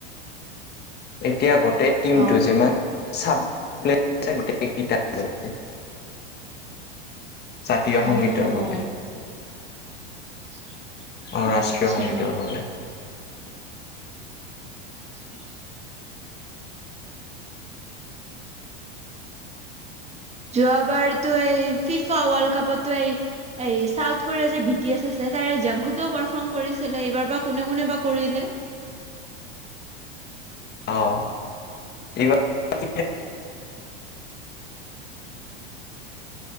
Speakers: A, on the left (about 35°); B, on the right (about 20°).
A: এতিয়া গোটে ই টিমটো
B: অ'।
A: যিমান চাপ <unintelligible> জাতীয় সংগীতৰ
B: অ',
A: বাবে
B: <inaudible>
A: অ ৰাষ্ট্ৰীয়
B: আচ্ছা।
A: সংগীতৰ বাবে
B: <inaudible> যোৱাবাৰতো এই ফিফা ৱৰ্ল্ড কাপতো এই চাউথ কোৰিয়াৰ যে বি টি এছ আছে তাৰে জাংখুকেও পাৰফৰ্ম কৰিছিলে এইবাৰ বা কোনে কোনে বা কৰিলে
A: অহ এইবাৰ <inaudible>